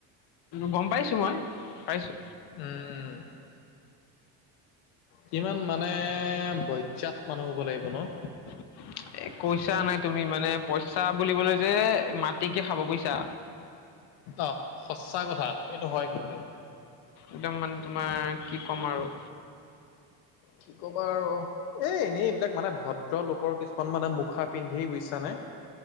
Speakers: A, on the left; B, on the left.
A: গম পাইছো মই পাইছো
B: উম উম কিমান মানে বজ্জাত মানুহ হব লাগিব ন
A: <inaudible> এ কইচা নাই তুমি মানে পইচা বুলিবলৈ যে মাটিকে খাব বুজিছা
B: অ সচাঁ কথা এইটো হয় কিন্তু
A: একদম মানে তোমাৰ কি ক'ম আৰু
B: কি ক'বা আৰু এ এনেই এইবিলাক মানে ভদ্ৰ লোকৰ কিছুমান মানে মুখা পিন্ধি বুজিছানে